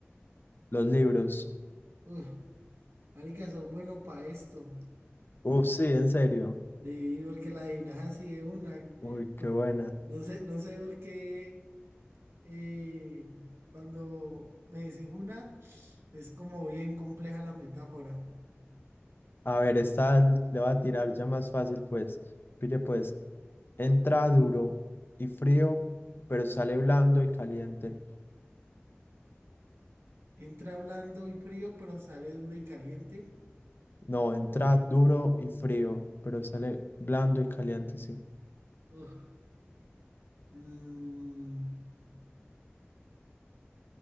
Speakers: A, on the left (about 55°); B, on the right (about 75°).
A: los libros.
B: Uf, marica, son bueno para esto.
A: Uh, sí, en serio.
B: Sí, porque la adivinas así de una.
A: Uy,
B: No,
A: qué buena.
B: no sé, no sé por qué eh, cuando me decís una, es como bien compleja la metáfora.
A: A ver, esta l- le va a tirar ya más fácil, pues. Pide, pues, entra duro y frío, pero sale blando y caliente.
B: Entra blando y frío, pero sale duro y caliente.
A: No, entra duro y frío, pero sale blando y caliente, sí.
B: Uf, mm,